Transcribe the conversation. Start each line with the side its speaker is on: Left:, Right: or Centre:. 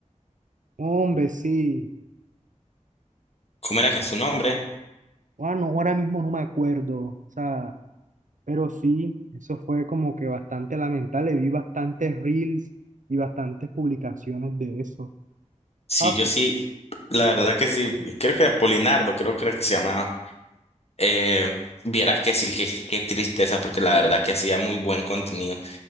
Right: Hombre, sí.
Left: ¿Cómo era que es su nombre?
Right: Bueno, ahora mismo no me acuerdo. O sea, pero sí, eso fue como que bastante lamentable. Vi bastantes reels y bastantes publicaciones de eso.
Left: Sí,
Right: Ah,
Left: yo
Right: pues,
Left: sí, la verdad que sí, creo que era Polinardo, creo, creo que se llamaba. Eh, vieras que sí, que- qué, tristeza, porque la verdad que hacía muy buen contenido.